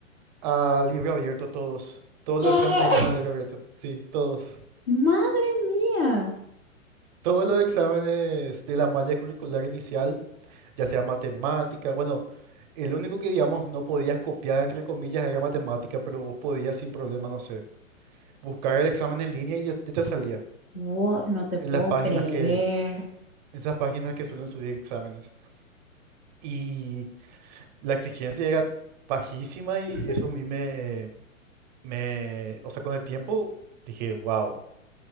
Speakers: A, on the right; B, on the left.
A: a libro abierto todos. Todos
B: ¿Qué?
A: los exámenes eran a libro abierto, sí, todos.
B: ¡Madre mía!
A: Todos los exámenes de la malla curricular inicial, ya sea matemática, bueno, el único que, digamos, no podías copiar, entre comillas, era matemática, pero vos podías sin problema, no sé, buscar el examen en línea y ya, ya te salía
B: ¡Wow! No te puedo
A: en las páginas
B: creer.
A: que, esas páginas que suelen subir exámenes. Y la exigencia era bajísima y
B: <laughs>
A: eso a mí me, me, o sea, con el tiempo dije, wow,